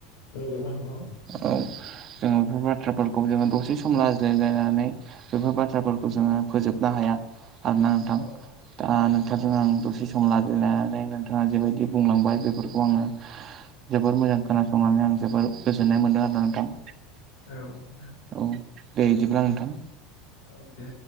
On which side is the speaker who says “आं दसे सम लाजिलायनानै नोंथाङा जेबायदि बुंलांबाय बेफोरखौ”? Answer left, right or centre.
Right